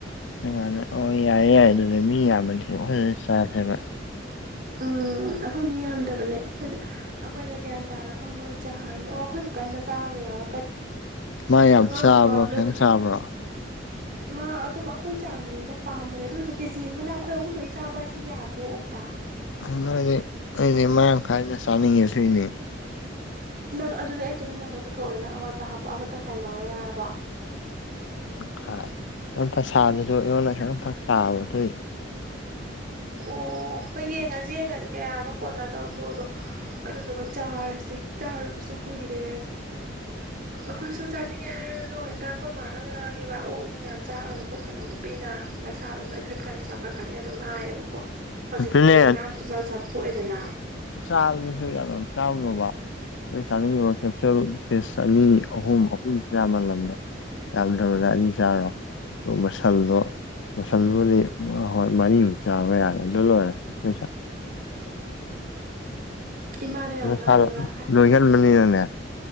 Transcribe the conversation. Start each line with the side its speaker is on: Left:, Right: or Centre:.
Left: ꯅꯨꯡꯉꯥꯏ ꯑꯣ ꯌꯥꯏꯦ ꯌꯥꯏ ꯑꯗꯨꯗꯤ ꯃꯤ ꯌꯥꯝꯕꯗꯤꯁꯨ ꯐꯖꯅ ꯆꯈ꯭ꯔꯦꯕ
Right: ꯎꯝ ꯑꯩꯈꯣꯏ ꯃꯤ ꯌꯥꯝꯗꯕꯅꯦ ꯑꯩꯈꯣꯏꯗ ꯑꯩꯈꯣꯏꯗ ꯒ꯭ꯌꯥꯟ ꯇꯥꯅꯕ ꯐꯝꯃ ꯆꯥꯔꯁꯦ ꯑꯣ ꯑꯩꯈꯣꯏ ꯀꯀꯥꯏ ꯃꯆꯥ ꯑꯃꯒ ꯌꯥꯎꯔꯛꯀꯅꯤ
Left: ꯃꯥ ꯌꯥꯝ
Right: ꯑꯉꯥꯡ
Left: ꯆꯥꯕ꯭ꯔꯣ
Right: ꯅꯨꯄ ꯑꯃ ꯂꯩꯕꯗꯣ
Left: ꯈꯤꯇꯪ ꯆꯥꯕ꯭ꯔꯣ
Right: ꯃꯥ ꯑꯗꯨꯝ ꯑꯩꯈꯣꯏ ꯆꯥꯡꯅꯤꯗ ꯄꯥꯝꯕꯅꯦ ꯑꯗꯨ ꯑꯣꯏꯁꯨ ꯀꯦ ꯖꯤ ꯑꯃꯅ ꯑꯩꯈꯣꯏ ꯑꯍꯨꯝ ꯃꯔꯤ ꯆꯥꯕ ꯍꯥꯏꯁꯤꯗꯤ ꯌꯥꯗ꯭ꯔꯣ ꯑꯣꯛꯇ
Left: ꯑꯗꯨꯗꯤ ꯑꯩꯗꯤ ꯃꯔꯥꯡ ꯀꯥꯏꯅ ꯆꯥꯅꯤꯡꯉꯦ ꯁꯨꯏꯅꯦ
Right: ꯅꯪ ꯑꯗꯨꯗꯤ ꯑꯩ ꯆꯍꯨꯝ ꯌꯥꯡꯈꯩ ꯄꯨꯊꯣꯛꯑꯒꯦ ꯅꯪ ꯑꯋꯥꯠꯄ ꯍꯥꯞꯄ ꯑꯃ ꯇꯪꯈꯥꯏ ꯂꯧꯔꯣ ꯌꯥꯔꯕꯣ
Left: ꯈꯥꯏ ꯄꯩꯁꯥꯗꯨꯁꯨ ꯑꯩꯉꯣꯜꯗ ꯈꯤꯇꯡ ꯐꯔꯛ ꯇꯥꯕ ꯑꯗꯨꯏ
Right: ꯑꯣ ꯍꯣꯏ ꯌꯦꯡꯉꯁꯤ ꯌꯦꯡꯉꯁꯤ ꯀꯌꯥꯅꯣ ꯀꯣꯟꯅꯗꯧꯗꯣ ꯑꯗꯣ ꯑꯗꯨꯗꯨꯒ ꯆꯥꯔꯁꯦ ꯆꯥꯗꯕꯁꯨ ꯀꯨꯏꯔꯦ ꯑꯩꯈꯣꯏꯁꯨ ꯆꯥꯅꯤꯡꯉꯦ ꯍꯥꯏꯔꯁꯨ ꯍꯦꯛꯇ ꯑꯩꯈꯣꯏ ꯃꯥꯅ ꯉꯥꯡꯉꯦꯕ ꯑꯣꯛ ꯅꯨꯡ ꯌꯥꯝ ꯆꯥꯒꯅꯨ ꯈꯣꯠꯀꯅꯨ ꯅꯨꯄꯤꯅ ꯅꯁꯥꯗꯣ ꯅꯣꯏꯈꯠꯀꯅꯤ ꯆꯥꯎꯈꯠꯀꯅꯤ ꯑꯗꯨꯝ ꯍꯥꯏꯌꯦꯕꯀꯣ ꯍꯧꯖꯤꯛꯇꯤ
Left: ꯑꯗꯨꯅꯦ
Right: ꯂꯥꯏꯅꯥꯁꯨ ꯖꯥꯠ ꯖꯠ ꯄꯣꯛꯑꯦꯗꯅ
Left: ꯆꯕꯗꯨꯁꯨ ꯌꯥꯝ ꯌꯥꯝ ꯆꯅꯣꯕ ꯅꯣꯏ ꯆꯥꯅꯤꯡꯉꯤꯕ ꯀꯦꯞꯁꯦꯜ ꯄꯤꯁ ꯑꯅꯤ ꯑꯍꯨꯝ ꯑꯍꯨꯝꯁꯨ ꯌꯥꯃꯜꯂꯝꯃꯦ ꯌꯥꯝꯗꯔꯕꯗ ꯑꯅꯤ ꯆꯥꯔꯣ ꯑꯗꯨ ꯃꯁꯜꯗꯣ ꯃꯁꯜꯗꯨꯕꯨꯗꯤ ꯍꯣꯏ ꯃꯔꯤꯃꯨꯛ ꯆꯥꯕ ꯌꯥꯔꯦ ꯑꯗꯨ ꯑꯣꯏꯔꯦ <unintelligible> ꯂꯣꯏꯔꯦ ꯆ
Right: ꯏꯃꯥꯅ ꯌꯥꯝ ꯉꯥꯡꯉꯦꯕ
Left: ꯆꯥꯎ ꯑꯗꯨ
Right: ꯍꯥꯏ
Left: ꯅꯣꯏ ꯍꯦꯜ ꯃꯅꯤꯅꯦ